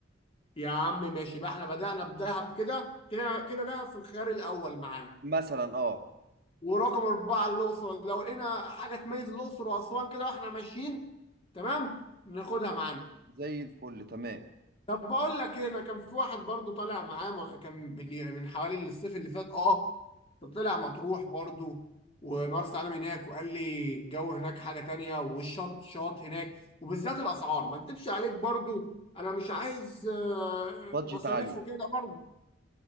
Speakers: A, on the left; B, on the right.
A: يا عم ماشي بقى احنا بدأنا بدهب كده كده كده دهب في الخيار الاول معانا
B: مثلا اه
A: ورقم اربعه الاقصر لو لقينا حاجه تميز الاقصر واسوان كده واحنا ماشيين تمام ناخدها معانا
B: زي الفل تمام
A: طب بقول لك ايه انا كان في واحد برضو طالع معاه م- كان من من حوالي الصيف اللي فات اه طلع مطروح برضو ومرسى علم هناك وقال لي الجو هناك حاجة تانية والشط شاط هناك وبالذات الاسعار ما اكدبش عليك برضو انا مش عايز آه،
B: بادجت
A: مصاريف
B: عالية
A: وكده برضو